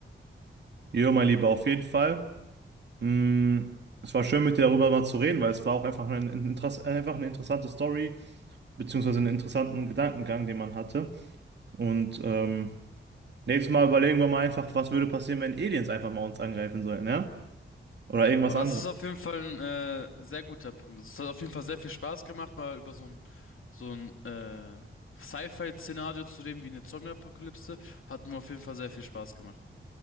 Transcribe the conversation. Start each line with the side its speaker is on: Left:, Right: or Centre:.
Right: Jo, mein Lieber, auf jeden Fall. Mm, Es war schön, mit dir darüber mal zu reden, weil es war auch einfach ein, ein Interess- äh, einfach eine interessante Story, beziehungsweise einen interessanten Gedankengang, den man hatte. Und ähm, nächstes Mal überlegen wir mal einfach, was würde passieren, wenn Aliens einfach mal uns angreifen sollen, ja? Oder irgendwas
Left: Aber das
Right: anderes.
Left: ist auf jeden Fall ein äh, sehr guter Punkt. Es hat auf jeden Fall sehr viel Spaß gemacht, mal über so ein, so ein äh, Sci-Fi-Szenario zu reden, wie eine Zombie-Apokalypse. Hat mir auf jeden Fall sehr viel Spaß gemacht.